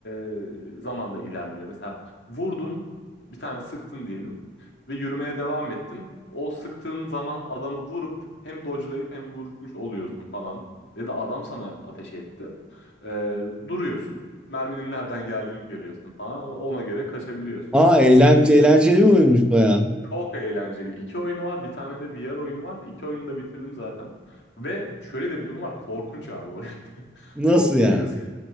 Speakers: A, on the left (about 85°); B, in the centre.
A: e, zaman da ilerliyor. Mesela vurdun bir tane sıktın diyelim ve yürümeye devam ettin. O sıktığın zaman adamı vurup hem dodge'layıp hem vurmuş oluyorsun falan. Ya da adam sana ateş etti. E, duruyorsun. Merminin nereden geldiğini görüyorsun falan. Ona göre kaçabiliyorsun.
B: Aa eğlenceli, eğlenceli bir oyunmuş baya.
A: Çok eğlenceli. İki oyunu var. Bir tane de VR oyunu var. İki oyunu da bitirdim zaten. Ve şöyle de bir durum var. Korkunç abi oyun. <laughs>
B: Nasıl
A: Çok geriyor
B: yani?
A: seni.